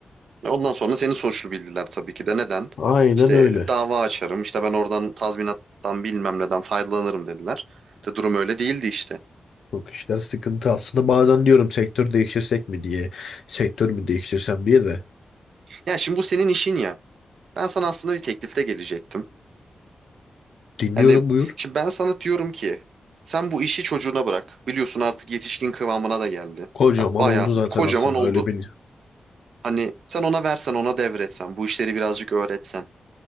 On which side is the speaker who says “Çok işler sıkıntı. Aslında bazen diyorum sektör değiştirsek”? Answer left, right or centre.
Left